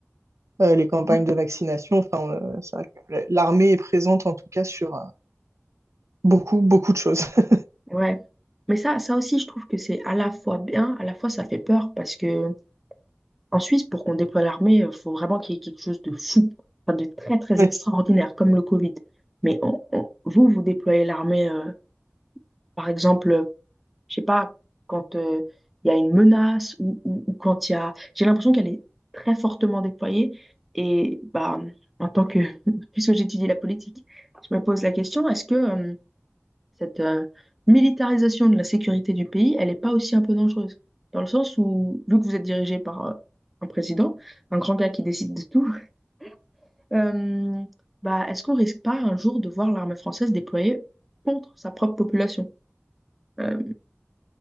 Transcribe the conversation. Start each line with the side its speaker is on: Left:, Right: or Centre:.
Right: euh, les campagnes
Centre: Ouais.
Right: de vaccination. Enfin, euh, c'est vrai que l'armée est présente, en tout cas, sur euh, beaucoup, beaucoup de choses. <laughs>
Centre: Ouais. Mais ça, ça aussi, je trouve que c'est à la fois bien, à la fois ça fait peur parce que en Suisse, pour qu'on déploie l'armée, il faut vraiment qu'il y ait quelque chose de fou, enfin, de très, très
Right: Ouais.
Centre: extraordinaire, comme le Covid. Mais on- on- vous, vous déployez l'armée, euh, par exemple. Je sais pas, quand euh, il y a une menace ou, ou- ou quand il y a... J'ai l'impression qu'elle est très fortement déployée. Et bah, en tant que... <laughs> Puisque j'étudie la politique, je me pose la question, est-ce que euh, cette euh, militarisation de la sécurité du pays, elle n'est pas aussi un peu dangereuse? Dans le sens où, vu que vous êtes dirigé par euh, un président, un grand gars qui décide de tout, <laughs> euh, bah, est-ce qu'on risque pas un jour de voir l'armée française déployée contre sa propre population? Euh,